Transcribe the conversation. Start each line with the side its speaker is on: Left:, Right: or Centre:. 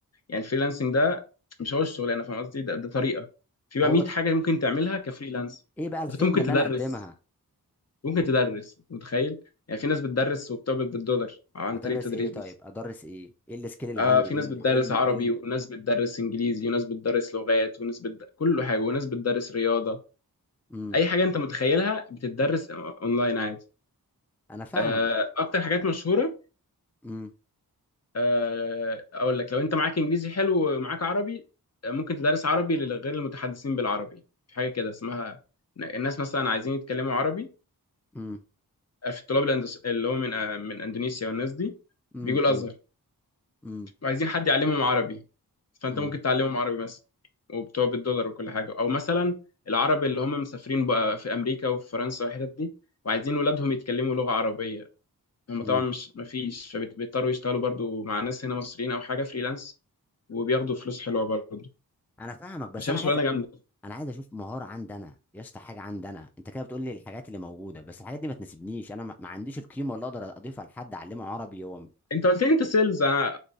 Left: يعني الفريلانسنج ده مش هو الشغلانه فاهم قصدي ده, ده طريقه في بقى
Centre: هو
Left: 100 حاجه ممكن تعملها كفريلانس
Centre: ايه بقى الخدمه
Left: فانت ممكن
Centre: اللي
Left: تدرس
Centre: انا اقدمها
Left: ممكن تدرس متخيل يعني في ناس بتدرس وبتقبض بالدولار عن
Centre: ادرس
Left: طريق التدريس
Centre: ايه طيب
Left: بس
Centre: ادرس ايه ايه السكيل اللي
Left: آه
Centre: عندي
Left: في
Centre: ايه
Left: ناس
Centre: ال
Left: بتدرس
Centre: إيه ال
Left: عربي
Centre: إيه ال
Left: وناس بتدرس انجليزي وناس بتدرس لغات وناس بتد... كل حاجه وناس بتدرس رياضه
Centre: امم
Left: اي حاجه انت متخيلها بتدرس اونلاين عادي
Centre: انا فاهمك
Left: آه، اكتر حاجات مشهوره
Centre: امم
Left: آه، اقول لك لو انت معاك انجليزي حلو ومعاك عربي آه، ممكن تدرس عربي لغير المتحدثين بالعربي في حاجه كده اسمها الناس مثلا عايزين يتكلموا عربي
Centre: امم
Left: آه، في الطلاب الاندس- اللي هو من آه، من اندونيسيا والناس دي
Centre: امم
Left: بيجوا الازهر
Centre: امم امم
Left: عايزين حد يعلمهم عربي فانت
Centre: امم
Left: ممكن تعلمهم عربي مثلا وبتوع بالدولار وكل حاجه او مثلا العرب اللي هم مسافرين بقى في امريكا وفي فرنسا والحتت دي وعايزين ولادهم يتكلموا لغه عربيه هم
Centre: امم
Left: طبعا مش مفيش فبيضطروا يشتغلوا برضو مع ناس هنا مصريين او حاجه فريلانس وبياخدوا فلوس حلوه برضو انا
Centre: انا فاهمك بس
Left: شايف
Centre: انا عايز
Left: شغلانه جامده
Centre: انا عايز اشوف مهاره عندي انا يا اسطى حاجه عندي انا انت كده بتقول لي الحاجات اللي موجوده بس الحاجات دي ما تناسبنيش انا ما ما عنديش القيمه اللي اقدر اضيفها لحد اعلمه عربي هو م-
Left: انت قلت لي انت سيلز انا